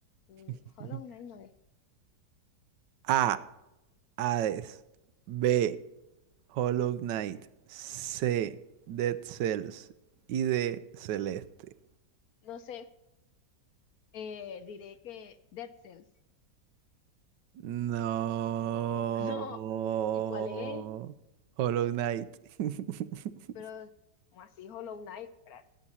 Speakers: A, on the left (about 65°); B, on the right (about 85°).
A: Mm,
B: <laughs>
A: Hollow Knight no es.
B: A, Hades. B, Hollow Knight. C, Dead Cells. Y D, Celeste.
A: No sé. eh, diré que Dead Cells.
B: No.
A: <laughs> No. ¿Y cuál es?
B: Hollow Knight. <laughs>
A: Pero, como así, Hollow Knight, espera.